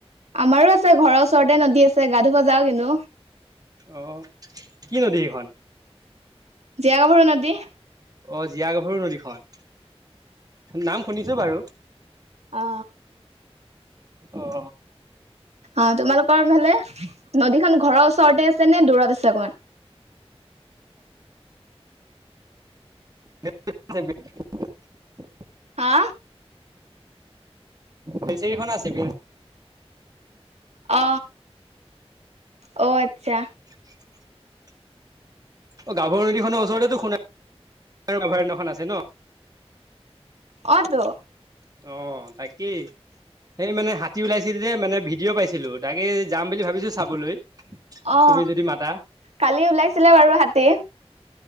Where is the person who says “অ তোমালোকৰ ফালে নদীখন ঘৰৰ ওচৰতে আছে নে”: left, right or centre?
Right